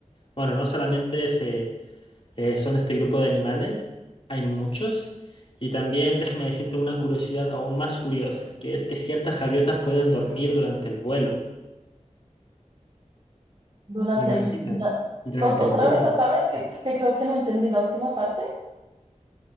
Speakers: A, on the left; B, on the right.
A: Bueno, no solamente se eh, son este grupo de animales, hay muchos. Y también déjame decirte una curiosidad aún más curiosa, que es que ciertas gaviotas pueden dormir durante el vuelo.
B: Durante
A: Imagínate,
B: el... dura-
A: durante
B: ot- Otra
A: el vuelo,
B: vez, otra vez, que, que creo que no entendí la última parte.